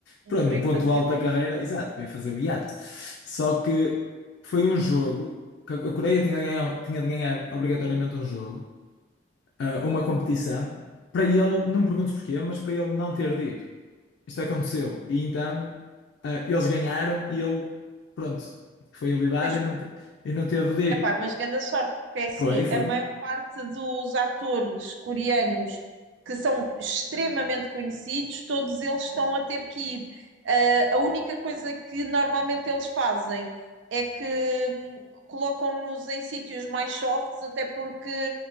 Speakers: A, on the left (about 70°); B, on the right (about 70°).
A: pronto,
B: para
A: no
B: aí
A: ponto
B: fazer.
A: alto da carreira, exato, para ir fazer o iate. Só que foi um jogo que a Coreia tinha de ganhar, tinha de ganhar obrigatoriamente um jogo, ah, uma competição, para ele, não me perguntes porquê, mas para ele não ter de ir. Isto aconteceu. E então ah, eles ganharam e ele, pronto, foi alivado
B: Pois
A: e não, te- e não teve de ir.
B: Epá, mas grande sorte, porque é assim,
A: Foi, foi.
B: a maior parte dos atores coreanos que são extremamente conhecidos, todos eles estão a ter que ir. Ah, a única coisa que normalmente eles fazem é que hum, colocam-nos em sítios mais softs, até porque